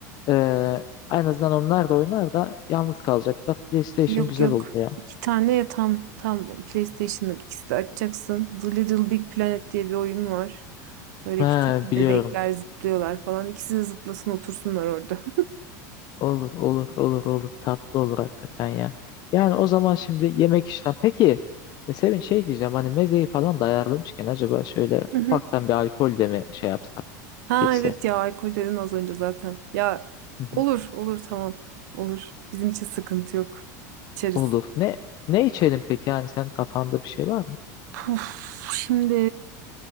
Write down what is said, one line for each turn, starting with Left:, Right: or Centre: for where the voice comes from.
Left: ee, en azından onlar da oynar da yalnız kalacaklar PlayStation
Right: Yok
Left: güzel
Right: yok.
Left: olur ya.
Right: İki tane ya tam tam PlayStation'lık ikisi de açacaksın. The Little Big Planet diye bir oyun var. Böyle
Left: Ha,
Right: küçük bir
Left: biliyorum.
Right: bebekler zıplıyorlar falan. İkisi de zıplasın otursunlar orada.
Left: Olur olur olur olur. Tatlı olur hakikaten ya. Yani o zaman şimdi yemek işlem. Peki e, Sevin şey diyeceğim hani mezeyi falan da ayarlamışken acaba şöyle
Right: <laughs>
Left: ufaktan bir alkol de mi şey yapsak
Right: Ha
Left: girse?
Right: evet ya alkol dedin az önce zaten. Ya
Left: Hı hı.
Right: olur olur tamam olur. Bizim için sıkıntı yok. İçeriz.
Left: Olur. Ne ne içelim peki yani sen kafanda bir şey var mı?
Right: Puf, şimdi